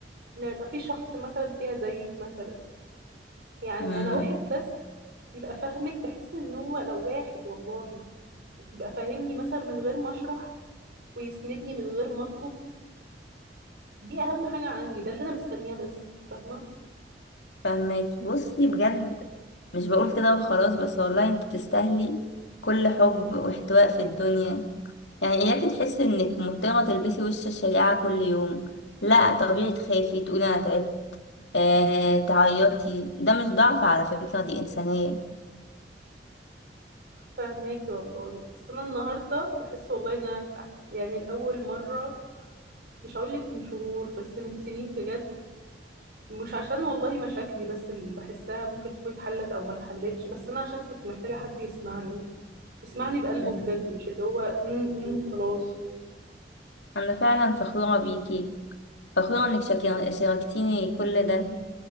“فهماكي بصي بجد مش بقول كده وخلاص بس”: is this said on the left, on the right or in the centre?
Left